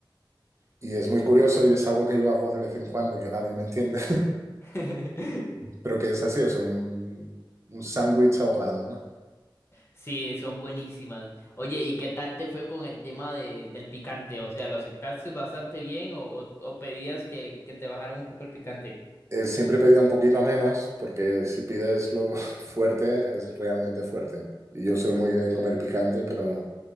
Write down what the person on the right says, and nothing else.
Y es muy curioso y es algo que yo hago de vez en cuando y que nadie me entiende.
pero que es así, es un, un sándwich ahogado, ¿no?
Eh, siempre pedía un poquito menos porque si pides lo <laughs> fuerte es realmente fuerte. Y yo soy muy de comer picante, pero,